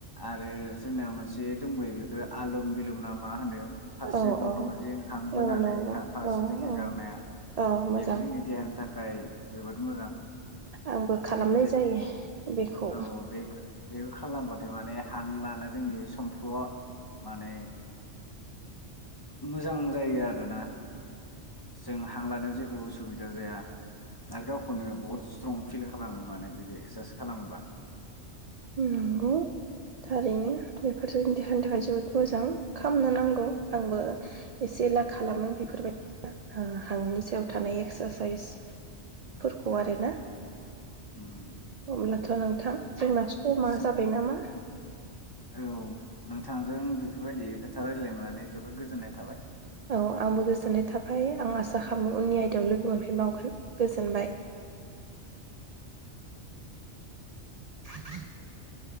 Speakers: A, on the left; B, on the right.
A: आरो जोंना मोनसे दंबयो बेखौ आलम बिलुम ना मा होनो फारसे
B: औ
A: गन्थंजों
B: औ
A: हांबोनानै
B: औ नंगौ
A: फारसेथिं
B: औ
A: हेगारनाया
B: औ औ मोजां
A: बेबो जोंनि देहानि थाखाय ओइ जोबोद मोजां
B: आंबो खालामनाय
A: जों जे
B: जायो बेखौ
A: औ बे बे खालामबाथाय माने हां लानो जोंनि समफ्ल माने मोजां जायो आरो। आरोना जोंङा। हांलानायाव जेबो उसुबिदा जाया आरो गावखौनो बुहुद स्ट्रं फिल खालामो माने बिदि। खालामोबा।
B: नंगौ थारैनो बेफोरजों देहानि थाखाय जोबोद मोजां खालामामनो नांगौ आंबो एसे एला खालामो बेफोरबायदि हांनि सायाव थानाय एक्सारसाइस। फोरखौ
A: औ
B: आरोना
A: उम।
B: अब्लाथ' नोंथां जोंना समा
A: जों
B: जाबाय नामा
A: औ नोंथांजों बेफोरबाय ओ खोथा रायज्लायनानै जोबोद गोजोन्नाय थाबाय।
B: औ आंबो गोजोननाय थाबाय आं आसा खालामो उननि
A: उम।
B: आयदायाव लोगो मोनफिनबावगोन। ओ गोजोनबाय। <inaudible>